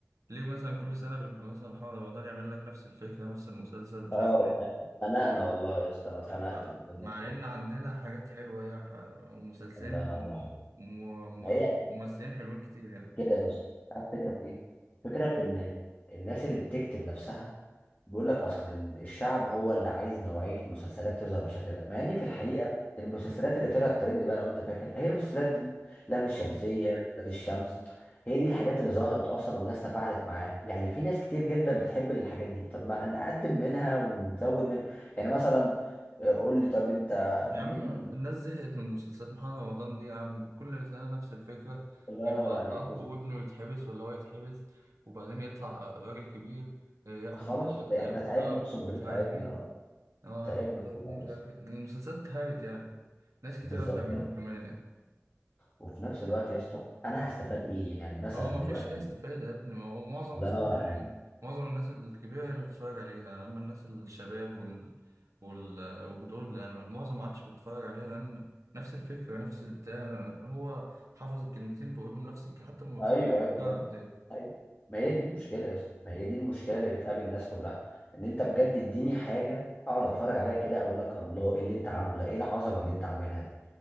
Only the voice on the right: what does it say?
ليه مثلا كل سنة بيبقى مثلا محمد رمضان يعمل لك نفس الفكرة نفس المسلسل مش
عارف ايه
مع
مع إن
عندنا حاجات حلوة يعني ح- ومسلسلين
وممثلين
ممثلين حلوين كتير يعني
اه
يا
عم الناس زهقت من مسلسلات محمد رمضان دي يا عم كل سنة نفس الفكرة
يبقى
أب وابنه يتحبس ولا هو يتحبس وبعدين يطلع راجل كبير آه، ياخد
بطاقة
ياخد
بطاقة أبوه
ومش
عارف
إيه. اه
ياخد طيبون
مش
عارف ايه المسلسلات اتهرت يعني ناس
كتير قاعد بيعملوها
كمان يعني
اه ما
فيش اي استفادة يا ابني ما هو معظم
اصلا
يعني معظم الناس الكبيرة هي اللي بتتفرج عليها اما الناس الشباب وال وال ودول يعني معظم ما عادش بيتفرج عليها لان نفس الفكرة نفس البتاع هو حافظ الكلمتين بيقولهم نفس الك- حتى ما
فكرة بتتكرر
تاني